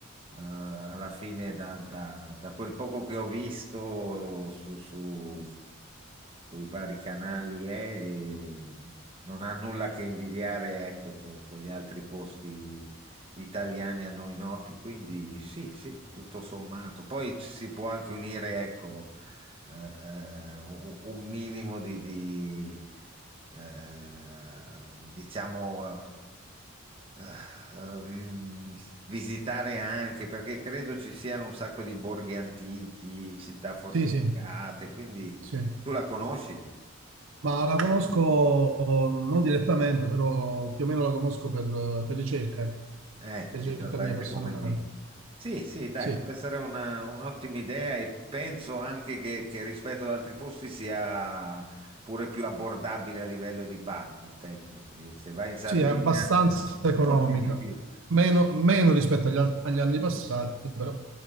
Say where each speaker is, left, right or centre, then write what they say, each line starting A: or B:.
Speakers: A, on the right (about 25°); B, on the right (about 70°).
A: eh, alla fine da, da- da quel poco che ho visto su, su sui vari canali è, e non ha nulla che invidiare, ecco, con, con gli altri posti italiani a noi noti, quindi sì, sì, tutto sommato. Poi ci si può anche unire, ecco, eh, eh, un un minimo di, di, eh, diciamo... eh, eh, vi- visitare anche perché credo ci siano un sacco di borghi antichi, città fortificate,
B: Sì, sì,
A: quindi
B: sì.
A: tu la conosci?
B: Ma la conosco non direttamente, però più o meno la conosco per, per ricerca, eh,
A: Eh,
B: per
A: esattamente
B: ricerca mia personale.
A: come me. Sì, sì, dai,
B: Sì,
A: può essere una- un'ottima idea e penso anche che, che rispetto ad altri posti sia pure più abbordabile a livello di budget. Ecco, se, se vai in Sardegna
B: sì, è abbastanza economica,
A: costi di più.
B: meno, meno rispetto agli, al- agli anni passati, però